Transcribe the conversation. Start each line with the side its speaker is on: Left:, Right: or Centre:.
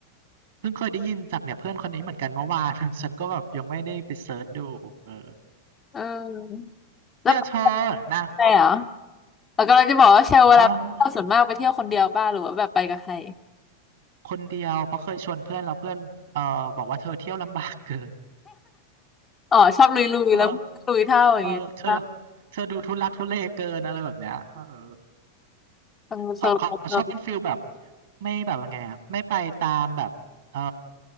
Right: เพิ่งเคยได้ยินจากเนี่ยเพื่อนคนนี้เหมือนกันเมื่อวาน <laughs> ฉันก็แบบยังไม่ได้ไปเซิร์ชดูเออ
Left: เออแล้วไปกับ
Right: เนี่ยเธอนะ
Left: ใครเหรอ เรากำลังจะบอกว่าเชลเวลาไปเที่ยวส่วนมากไปเที่ยวคนเดียวบ้างหรือว่าแบบไปกับใคร
Right: อ๋อคนเดียวเพราะเคยชวนเพื่อนแล้วเพื่อนเออบอกว่าเธอเที่ยวลำบากเกิน
Left: อ๋อชอบลุยลุยแล้ว
Right: เออ
Left: <laughs> ลุยเท่าอย่างเงี้ยป่ะ
Right: เออเธอเธอดูทุลักทุเลเกินอะไรแบบเนี้ยเออ
Left: ทำโซโล่เรา
Right: ของของชอบเป็นฟิลแบบไม่แบบว่าไงอะไม่ไปตามแบบเออ